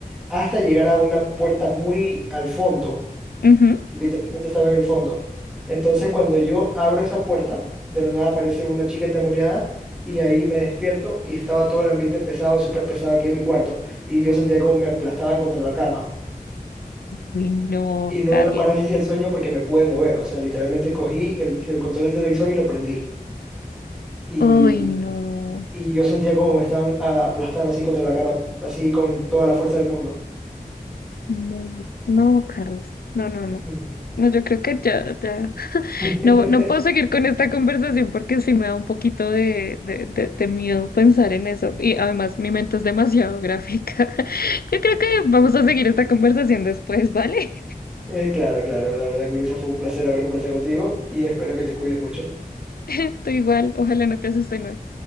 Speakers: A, in the centre; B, on the left (about 80°).
A: hasta llegar a una puerta muy al fondo,
B: Ujú.
A: que literalmente estaba en el fondo. Entonces cuando yo abro esa puerta, de la nada aparece una chica endemoniada y ahí me despierto y estaba todo el ambiente pesado, súper pesado aquí en mi cuarto y yo sentía como me aplastaban contra la cama.
B: Uy, no,
A: Y no
B: Carlos,
A: era parálisis del sueño porque me pude mover, o sea, literalmente cogí el, el control del televisor y lo prendí. Y,
B: Uy, no,
A: y yo sentía como me estaban ah, aplastando así contra la cama, así con toda la fuerza del mundo.
B: no, no, Carlos, no, no, no.
A: Ujú.
B: No, yo creo que ya, ya.
A: <laughs>
B: No, no puedo seguir con esta conversación porque sí me da un poquito de, de, de, de miedo pensar en eso. Y además mi mente es demasiado gráfica. <laughs> Yo creo que vamos a seguir esta conversación después, ¿vale?
A: Eh, claro, claro. La verdad, Luisa, fue un placer haber conversado contigo y espero que te cuides mucho.
B: <laughs> Tú igual, ojalá no te asusten hoy.